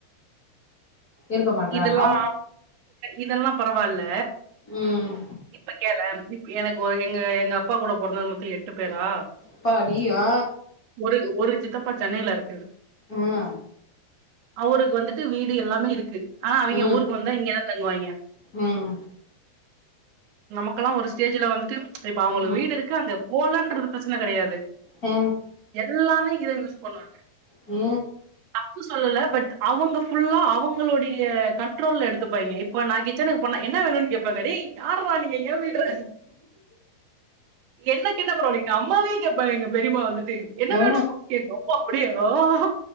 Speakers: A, on the left; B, on the right.
A: இருக்க மாட்றாங்க
B: இதெல்லா
A: அவ்
B: இதெல்லாம் பரவால்ல
A: ம்
B: இப்ப கேளே எனக்கு ஒ எங்க எங்க அப்பா கூட பொறந்தது மொத்தோ எட்டு பேரா
A: அப்பாடியா
B: ஒரு ஒரு சித்தப்பா சென்னைல இருக்காரு
A: ம் அ
B: அவுருக்கு வந்துட்டு வீடு எல்லாமே இருக்கு ஆ அவிங்க
A: ம்
B: ஊருக்கு வந்தா இங்கேதா தங்குவாய்ங்கே
A: ம்
B: நமக்கல்லா ஒரு ஸ்டேஜுல வந்துட்டு இப்ப அவுங்களுக்கு
A: ம்
B: வீடு இருக்கு அங்க போலன்றது பிரச்சன கெடயாது
A: ஆ
B: எல்லாமே இங்க தா யூஸ் பண்வாங்க
A: ஏ
B: தப்பு சொல்லல பட் அவங்க ஃபுல்லா அவுங்களுடை ய கண்ட்ரோல்ல எடுத்துப்பாய்ங்க இப்ப நா கிச்சனுக்கு போனா என்ன வேணுன் கேப்பாங்க டேய் யார்ரா நீங்க எ வீட்ரா இது என்ன கேட்டா பரவால்ல எங்க அம் மாவே கேப்பாங்க எங்க பெரிம்மா வந்துட்டு என்ன
A: ஆ
B: வேணு எங்க அம்மா அப்டியா ஆ ஹா